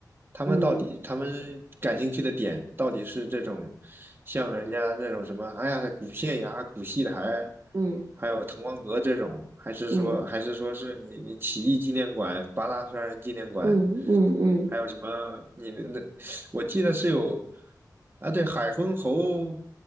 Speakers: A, on the right; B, on the right.
A: 他们到底，
B: 嗯
A: 他们感兴趣的点到底是这种，像人家那种什么，哎呀，古县衙、古戏台，
B: 嗯
A: 还有滕王阁这种，还是说，
B: 嗯
A: 还是说是你你起义纪念馆、八大山人纪念馆，
B: 嗯嗯嗯
A: 还有什么？你们那，我记得是有，啊，对，海昏侯